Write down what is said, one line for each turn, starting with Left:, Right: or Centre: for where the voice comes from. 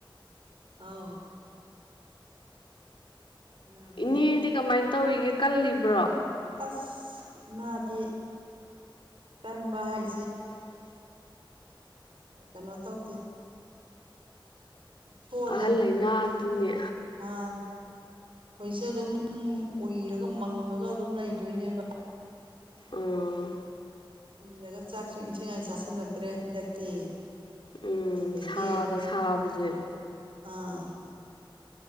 Right: ꯑꯧ ꯅꯥꯗꯦ
Left: ꯏꯅꯦꯗꯤ ꯀꯃꯥꯏ ꯇꯧꯔꯤꯒꯦ ꯀꯜꯂꯤꯕ꯭ꯔꯣ
Right: ꯑꯁ ꯏꯃꯥꯗꯤ ꯀꯟꯕ ꯍꯥꯏ
Left: ꯀꯟꯕ ꯍꯥꯏ
Right: ꯑ ꯀꯩꯅꯣ ꯇꯧꯗꯦ ꯁꯣꯜꯂꯦ
Left: ꯑꯍꯜ ꯂꯩꯅꯥ ꯑꯗꯨꯅꯦ
Right: ꯑꯥ ꯍꯧꯏꯁꯦ ꯑꯗꯨꯝ ꯎꯏꯔꯒ ꯃꯪꯉꯒ ꯑꯗꯨꯝ ꯂꯩꯗꯣꯏꯅꯦꯕ
Left: ꯑꯥ
Right: ꯎꯏꯔꯒ ꯆꯥꯛꯁꯨ ꯏꯟꯊꯤ ꯅꯨꯡꯉꯥꯏ ꯆꯥꯥꯁꯜꯂꯛꯇ꯭ꯔꯦ ꯍꯟꯗꯛꯇꯤ
Left: ꯎꯝ
Right: ꯑꯗꯒꯤ
Left: ꯁꯥꯒ ꯁꯥꯕꯁꯦ
Right: ꯑꯥ ꯑꯥ